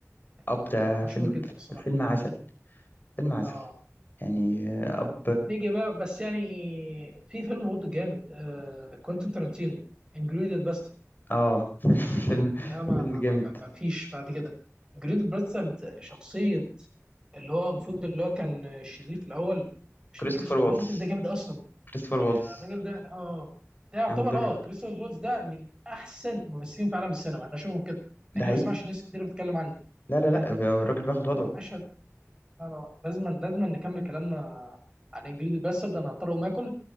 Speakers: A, on the right; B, on the left.
A: يعني
B: اب ده
A: مشهور
B: فيلم
A: جدا الصراحه
B: فيلم عسل فيلم عسل
A: اه
B: يعني آه، اب
A: نيجي بقى بس يعني في فيلم برضه جامد آه كوينتين تارانتينو انجريدد باسترد
B: اه <laughs> فيلم
A: ده ما
B: فيلم
A: ما
B: جامد
A: ما ما ما فيش بعد كده انجريدد باسترد شخصيه اللي هو المفروض اللي هو كان شريف الاول مش
B: كريستوفر
A: فاكر اسمه
B: والتز
A: اللي هو الراجل ده جامد اصلا
B: كريستوفر والتز
A: الراجل ده اه ده يعتبر
B: عامل دور
A: اه كريستوفر فولتز ده من احسن الممثلين في عالم السينما احنا شوفهم كده احنا
B: ده حقيقي
A: ما سمعش ناس كتير بتتكلم عنه
B: لا لا
A: يعني
B: لا الراجل بياخد وضعه
A: مشهد لا لا لا لازم لازم نكمل كلامنا عن انجريد الباسترد ده انا هضطر اقوم اكل